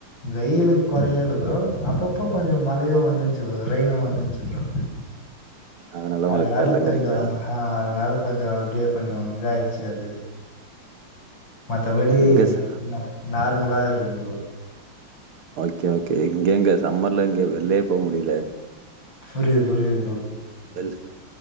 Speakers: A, on the left; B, on the right.
A: வெயிலு கொறையல்ல ஃப்ரோ அப்பப்போ கொஞ்சோ மழையு வந்துந்துச்சு ரெயினு வந்துந்துருச்சு ஃப்ரோ
B: அதனால உங்களுக்கு
A: அதுனால
B: தெர்லங்கிறீங்களா
A: கொஞ்சோ ஹா அதுனாலப் கொஞ்சோ அப்டியே கொஞ்சோ இதாயிருச்சு அது மத்தபடி
B: எங்க ச
A: ந நார்மலா இருக்கு ஃப்ரோ
B: ஓக்கே ஓக்கே இங்கெங்க சம்மர்ல எங்க வெள்லயே போ முடியல
A: புரியுது புரியுத்
B: வெள்